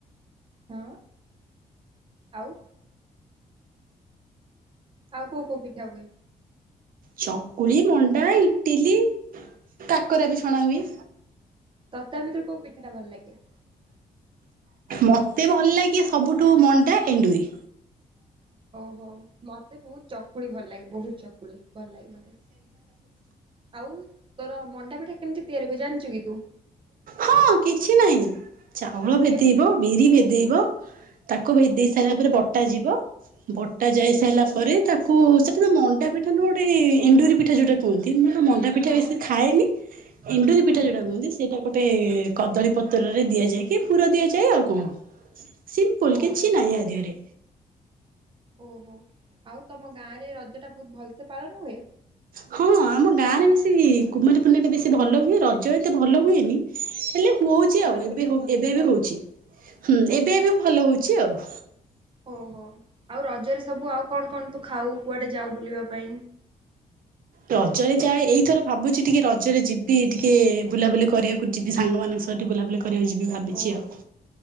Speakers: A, on the right (about 35°); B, on the right (about 75°).
A: ହଁ ଆଉ ଆଉ କୋଉଁ କୋଉଁ ପିଠା ହୁଏ।
B: ଚକୁଳି ମଣ୍ଡା ଇଟିଲି କାକରା ବି ଛଣା ହୁଏ
A: ତତେ ଆ ଭିତରୁ କୋଉ ପିଠାଟା ଭଲ ଲାଗେ।
B: ମତେ ଭଲ ଲାଗେ ସବୁଠୁ ମଣ୍ଡା ଏଣ୍ଡୁରି।
A: ଓହୋ ମତେ ବହୁତ ଚକୁଳି ଭଲ ଲାଗେ ବହୁତ ଚକୁଳି ଭଲ ଲାଗେ ମତେ। ଆଉ ତୋର ମଣ୍ଡା ପିଠା କେମିତି ତିଆରି ହୁଏ ଜାଣିଛୁ କି ତୁ।
B: ହଁ କିଛି ନାହିଁ ଚାଉଳ ଭେଦେଇବ
A: କେମିତି?
B: ବିରି ଭେଦେଇବ
A: ହୁଁ
B: ତାକୁ ଭେଦେଇ ସାରିଲା ପରେ ବଟାଯିବ। ବଟା ଯାଇ ସାରିଲା ପରେ ତାକୁ ସେଟା ତ ମଣ୍ଡା ପିଠା ନୁହେଁ ଗୋଟେ ଇଣ୍ଡୁରି ପିଠା ଯୋଉଟା। କୁହନ୍ତି ମୁଁ ତ ମଣ୍ଡା ପିଠା
A: ହଁ
B: ବେଶୀ ଖାଏନି ଏଣ୍ଡୁରି ପିଠା
A: ହଁ
B: ଯଉଟା କୁହନ୍ତି ସେଇଟା। ଗୋଟେ କଦଳୀ ପତ୍ରରେ ଦିଆଯାଏ କି ପୁର ଦିଆଯାଏ ଆଉ କଣ। ସିମ୍ପୁଲ
A: ଓହୋ
B: କିଛି ନାହିଁ ଆ ଦେହରେ
A: ଓହୋ ଆଉ ତମ ଗାଁରେ ରଜଟା ବହୁତ ଭଲସେ ପାଳନ ହୁଏ।
B: ହଁ ଆମ ଗାଁରେ ବେଶୀ କୁମାର ପୂର୍ଣ୍ଣିମାଟା ବେଶୀ ଭଲ ହୁଏ ରଜ ଏତେ ଭଲ ହୁଏନି ହେଲେ। ହଉଛି
A: କୁମାର
B: ଆଉ
A: ପୂର୍ଣ୍ଣିମା
B: ଏବେ ହ
A: ଟା ଅଧିକା
B: ଏବେ
A: ଭଲ
B: ବି ହଉଛି
A: ହୁଏ।
B: ହୁଁ ଏବେ ଏବେ ଭଲ ହଉଛି ଆଉ।
A: ଓ ହୋ ଆଉ ରଜରେ ସବୁ ଆଉ କଣ କଣ ତୁ ଖାଉ କୁଆଡ଼େ ଯାଉ ବୁଲିବା ପାଇଁ।
B: ରଜରେ ଯାଏ ଏଇଥର ଭାବୁଛି ଟିକେ ରଜରେ ଯିବି ଟିକେ ବୁଲାବୁଲି କରିବାକୁ ଯିବି ସାଙ୍ଗମାନଙ୍କ ସହିତ ବୁଲାବୁଲି। କରିବାକୁ ଯିବି ଭାବିଛି
A: ଓ
B: ଆଉ।